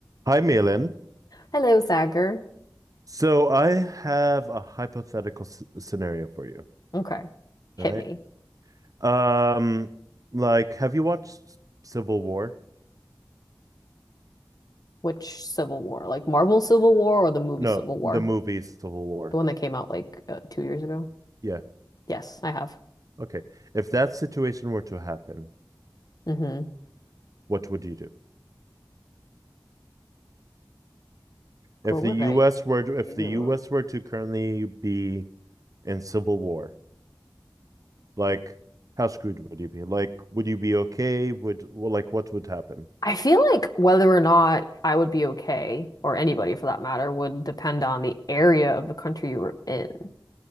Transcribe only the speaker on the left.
Hello, Sagar.
Okay. Hit
me.
Which Civil War? Like Marvel Civil War or the movie
Civil War?
The one that came out like uh, two years ago?
Yes, I have.
Mm-hmm.
What
would
I
do?
I feel like whether or not I would be okay, or anybody for that matter, would depend on the area of the country you were in.